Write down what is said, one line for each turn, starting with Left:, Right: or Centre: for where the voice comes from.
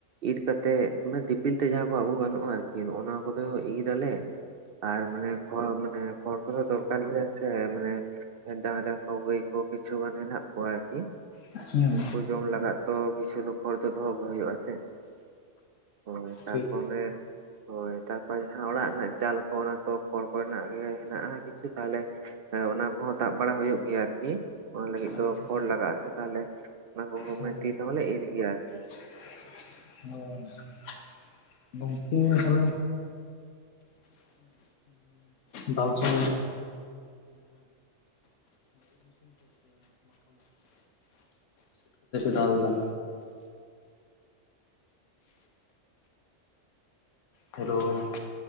Right: ᱤᱨ ᱠᱟᱛᱮᱜ ᱚᱱᱮ ᱫᱤᱯᱤᱞ ᱛᱮ ᱡᱟᱦᱟᱸ ᱠᱚ ᱟᱹᱜᱩ ᱜᱟᱱᱚᱜᱼᱟ ᱟᱨᱠᱤ ᱚᱱᱟ ᱠᱚᱫᱚ ᱤᱨ ᱟᱞᱮ᱾ ᱟᱨ ᱢᱟᱱᱮ ᱠᱷᱚᱲ ᱢᱟᱱᱮ ᱠᱷᱚᱲ ᱠᱚᱫᱚ ᱫᱚᱨᱠᱟᱨ ᱜᱮ ᱟ ᱥᱮ ᱢᱟᱱᱮ ᱰᱟᱝᱨᱟ ᱠᱚ ᱜᱟᱹᱭ ᱠᱚ ᱠᱤᱪᱷᱩ ᱜᱟᱱ ᱦᱮᱱᱟᱜ ᱠᱚᱣᱟ ᱟᱨᱠᱤ᱾
Left: ᱦᱮᱸ
Right: ᱦᱩᱭ ᱡᱚᱢ ᱞᱟᱜᱟᱫ ᱛᱚ ᱠᱤᱪᱷᱩ ᱫᱚ ᱠᱷᱚᱲ ᱫᱚ ᱫᱚᱦᱚ ᱜᱮ ᱦᱩᱭᱩᱜᱼᱟ ᱥᱮ᱾ ᱦᱳᱭ ᱛᱟᱨ
Left: ᱴᱷᱤᱠ
Right: <unintelligible> ᱦᱳᱭ ᱛᱟᱨᱯᱚᱨᱮ ᱡᱟᱦᱟᱸ ᱚᱲᱟᱜ ᱨᱮᱱᱟᱜ ᱪᱟᱞ ᱠᱚ ᱚᱱᱟ ᱠᱚ ᱠᱷᱚᱲ ᱠᱚᱨᱮᱱᱟᱜ ᱜᱮ ᱦᱮᱱᱟᱜᱼᱟ ᱠᱤᱪᱷᱩ ᱛᱟᱦᱚᱞᱮ ᱮ ᱚᱱᱟ ᱠᱚᱦᱚᱸ ᱫᱟᱵ ᱵᱟᱲᱟ ᱦᱩᱭᱩᱜ ᱜᱮᱭᱟ ᱟᱨᱠᱤ ᱚᱱᱟ ᱞᱟᱹᱜᱤᱫ
Left: ᱮᱠᱫᱚᱢ
Right: ᱫᱚ ᱠᱷᱚᱲ ᱞᱟᱜᱟᱜ ᱟᱥᱮ ᱛᱟᱦᱞᱮ᱾ <unintelligible>
Left: ᱦᱳᱭ
Right: ᱛᱤ ᱛᱮᱦᱚᱞᱮ ᱮᱤᱨ ᱜᱮᱭᱟ ᱟᱨᱠᱤ
Left: <unintelligible> ᱮᱱᱠᱮ ᱜᱮ ᱛᱟᱦᱞᱮ ᱫᱟᱞ <unintelligible> <unintelligible> ᱦᱮᱞᱳ